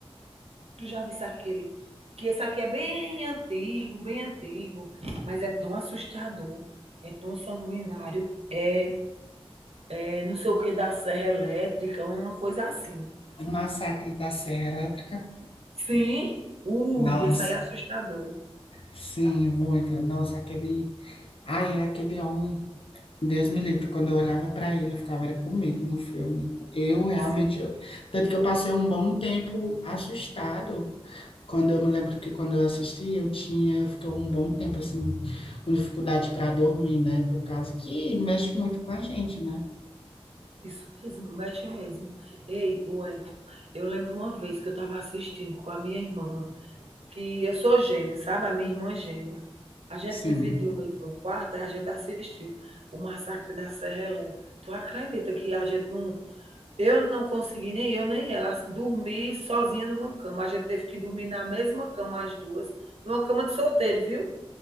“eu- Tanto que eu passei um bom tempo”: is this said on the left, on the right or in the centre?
Left